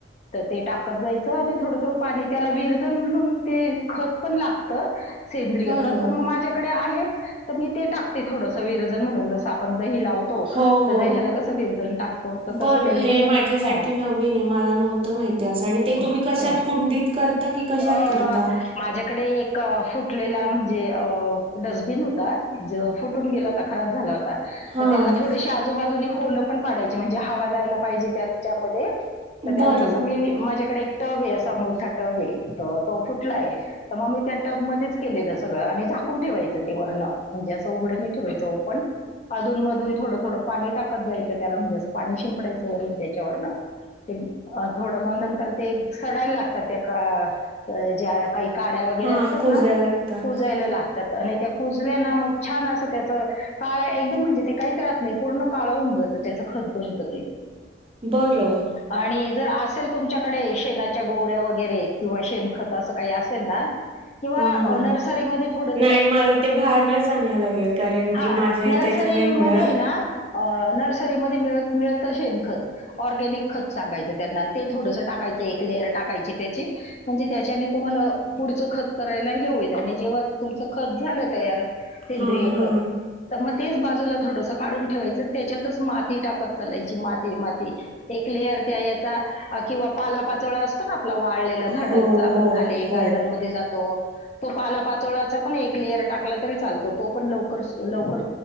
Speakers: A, on the left; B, on the right.
A: तर ते टाकत जायचं, आणि थोडं थोड पाणी त्याला विरजन म्हणून, ते खत पण लागत. सेंद्रिय
B: बरं.
A: खत पण मग माझ्याकडे आहे. तर मी ते टाकते थोडस विरजन म्हणून जसं आपण दही लावतो
B: हो हो
A: तर दह्याला कसं विरजन टाकतो तर
B: बरं
A: तसं ते विरजन
B: हे माझ्यासाठी
A: हा
B: नवीन आहे मला नव्हते, माहिती असं आणि ते
A: हो
B: तुम्ही कशात कुंडीत करता की कशात
A: अ
B: करता?
A: माझ्याकडे एक फुट कटलेला म्हणजे, अ डस्टबिन होता. ज फुटून गेला होता, खराब झाला होता
B: हां.
A: तर त्याला थोडेसे आजूबाजूूने होलं पण पाडायची म्हणजे, हवा जायला पाहिजे त्याच्यामध्ये तर त्याला
B: बरं.
A: कसं मी माझ्या <unintelligible> तर तो फुटलाय तर मग मी त्या टबमध्येध्येच केलेलं सगळं आणि झाकून ठेवायचं. ते वरण म्हणजे असं उघड नाही ठेवायचं. ओपण अधून मधून थोडं थोडं पाणी टाकत जायचं त्याला म्हणजे, असं पाणी शिंपडायचं वरून त्याच्या वरण ते थोडं मग नंतर ते सडायला लागतात त्या ज्या काही काड्या वगैरे
B: हां,
A: असतात,
B: कुजायला
A: ना
B: लागतात.
A: कुजायला लागत आणि त्या कुजल्या ना मग छान! असं त्याच काळ एकदम म्हणजे, ते काहीच राहत नाही पूर्ण काळा होऊन जात. त्याच खत बनत. ते
B: बरं.
A: आणि जर असेल तुमच्याकडे शेणाच्या गोऱ्या वगैरे किंवा शेणखत असं काही असेल ना, किंवा
B: हां, हां,
A: नर्सरीमध्ये थोड ते
B: नाही मला ते बाहेरनच आणायला लागेल कारण
A: हा
B: की माझ्या
A: नर्सरीमध्ये
B: इथे तर नाही मिळत.
A: ना नर्सरीमध्ये मिळ मिळत शेण खत ऑर्गॅनिक खत सांगायचं त्यांना ते थोडंसं टाकायचं एक लेअर टा पाहिजे त्याची म्हणजे त्याच्याने तुम्हाला पुढच खत करायला हे होईल, आणि जेव्हा तुमचं खत झालं तयार सेंद्रिय
B: हा
A: खत
B: हा
A: तेच बाजूला थोडसं काढून ठेवायचे, आणि त्याच्यातच माती टाकत चालायची माती माती एक लेअर त्या याचा किंवा पाला पाचोळा असतो, ना आपला वा झाडांचा
B: हो
A: आपण
B: हो
A: खाली
B: हो
A: गार्डन मध्ये जातो. तो पाला पाचोळाचा पण एक लेअर टाकला तरी चालतो तो पण लवकर लवकर